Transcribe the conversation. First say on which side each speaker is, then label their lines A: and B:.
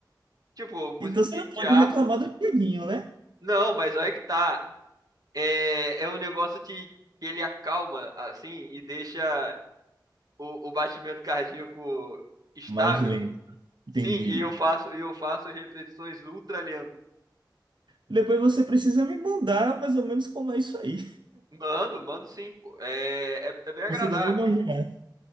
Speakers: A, on the right; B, on the right.
A: Tipo, musiquinha
B: então você não
A: de
B: pode
A: harpa.
B: reclamar do Dieguinho, né?
A: Não, mas aí que tá. é, é um negócio que, que ele acalma, assim, e deixa o, o batimento cardíaco estável.
B: Mais lento, entendi.
A: Sim, e eu faço, e eu faço repetições ultra lentas.
B: Depois você precisa me mandar mais ou menos como é isso aí.
A: Mando, mando sim, pô. É, é, é bem agradável.
B: Não consigo nem imaginar.